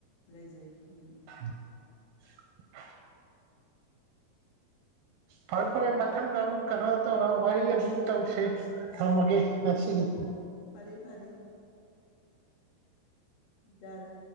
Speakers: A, on the left (about 75°); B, on the right (about 80°).
A: ꯂꯩꯖꯩ ꯎꯝ
B: <unintelligible> ꯐꯔꯦ ꯐꯔꯦ ꯃꯊꯪꯗ ꯑꯃꯨꯛ ꯀꯩꯅꯣ ꯇꯧꯔ ꯋꯥꯔꯤ ꯑꯃꯨꯛ ꯇꯧꯁꯤ ꯊꯝꯃꯒꯦ ꯅꯁꯤꯒꯤ
A: ꯐꯔꯦ ꯐꯔꯦ ꯌꯥꯔꯦ